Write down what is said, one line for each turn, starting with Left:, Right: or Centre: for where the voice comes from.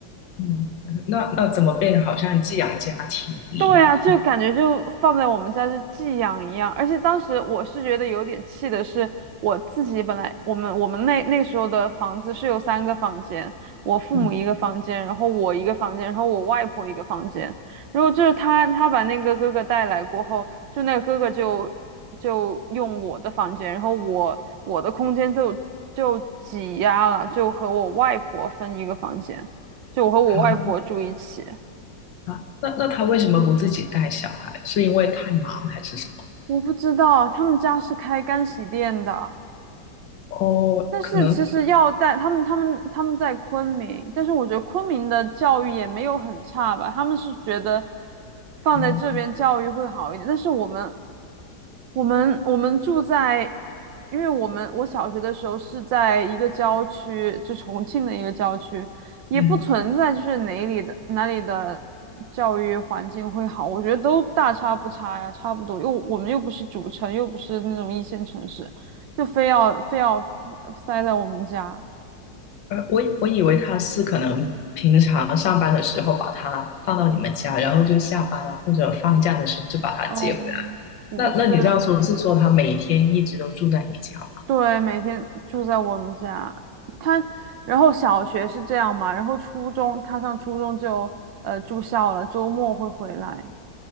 Left: 嗯，那那怎么变得好像寄养家庭一样啊？
Right: 对啊，就感觉就放在我们家就寄养一样，而且当时我是觉得有点气的是，我自己本来我们我们那那时候的房子是有三个房间，我父母一个房间，
Left: 嗯，
Right: 然后我一个房间，然后我外婆一个房间。然后就是他他把那个哥哥带来过后，就那个哥哥就就用我的房间，然后我我的空间就就挤压了，就和我外婆分一个房间，就我和我外婆住一起。
Left: 好啊，那那他为什么不自己带小孩？是因为太忙还是什么？
Right: 我不知道，他们家是开干洗店的。
Left: 哦，
Right: 但是其实要带他们，
Left: 可能
Right: 他们他们在昆明，但是我觉得昆明的教育也没有很差吧，他们是觉得放在这边教育会好一点，
Left: 哦，
Right: 但是我们我们我们住在，因为我们我小学的时候是在一个郊区，就重庆的一个郊区，也不存在就是哪里的哪里的教育环境会好，
Left: 嗯，
Right: 我觉得都大差不差呀，差不多，又我们又不是主城，又不是那种一线城市，就非要非要。塞在我们家。
Left: 呃，我我以为他是可能平常上班的时候把他放到你们家，然后就下班了或者放假的时候就把他接回来。
Right: 哦，不是，
Left: 那那你这样说是说他每天一直都住在你家吗？
Right: 对，每天住在我们家。他，然后小学是这样嘛，然后初中他上初中就呃住校了，周末会回来。